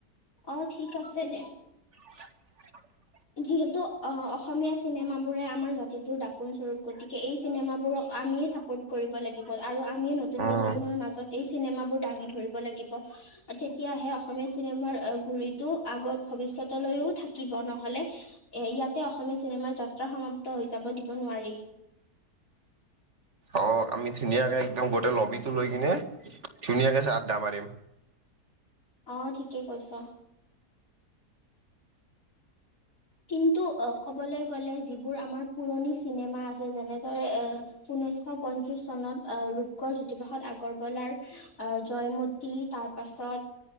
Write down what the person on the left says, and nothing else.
অ, ঠিক আছে, দে।
যিহেতু অসমীয়া চিনেমাবোৰে আমাৰ জাতিটোৰ দাপোন স্বৰূপ। গতিকে এই চিনেমাবোৰক আমিয়ে ছাপোৰ্ট কৰিব লাগিব আৰু আমি নতুন
প্ৰজন্মৰ মাজত এই চিনেমাবোৰ দাঙি ধৰিব লাগিব। তেতিয়াহে অসমীয়া চিনেমাৰ গুৰিতটো আগত ভৱিষ্যতলৈও থাকিব। নহলে এ ইয়াতে অসমীয়া চিনেমাৰ যাত্ৰা সমাপ্ত হৈ যাব দিব নোৱাৰি।
অ, ঠিকে কৈছা। কিন্তু ক'বলৈ গ'লে যিবোৰ আমাৰ পুৰণি চিনেমা আছে, যেনেদৰে এ ঊনৈশ পঞ্চিশ চনত আহ, ৰূপকৰ জ্যোতিপ্ৰসাদ আগৰৱালাৰ আহ, জয়মতী তাৰ পাছত